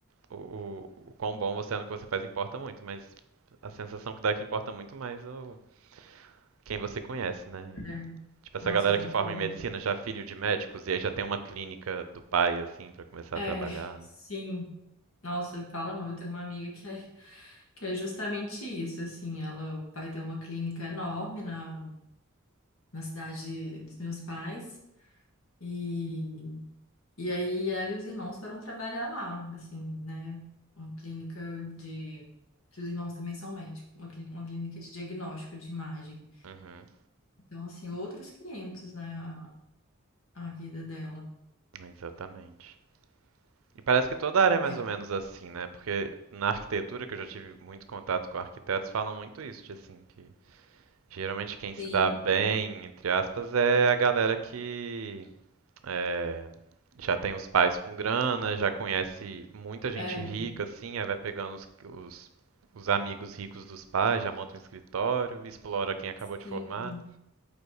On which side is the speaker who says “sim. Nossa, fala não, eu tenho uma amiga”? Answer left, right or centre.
Left